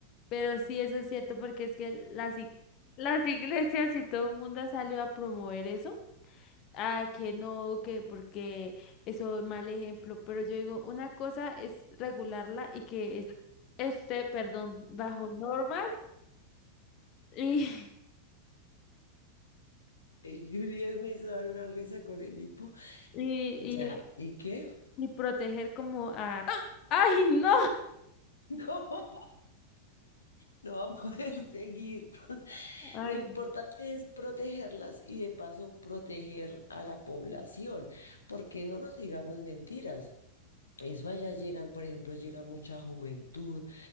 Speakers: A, on the left (about 40°); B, on the left (about 75°).
A: Pero sí, eso es cierto porque es que las, ig- las iglesias y todo el mundo ha salido a promover eso. ah, que no, que porque eso es mal ejemplo, pero yo digo, una cosa es regularla y que es, esté, perdón, bajo normas y, <laughs>
B: Y Juliet me hizo dar una risa con el hipo.
A: y,
B: Ya,
A: y,
B: ¿y qué?
A: y proteger como a... <laughs> ¡Ay, no!
B: <laughs> No, no va a poder seguir. <laughs>
A: Ay,
B: Lo importante es protegerlas y de paso proteger a la población, porque no nos digamos mentiras. Eso allá llegan, por ejemplo, llega mucha juventud.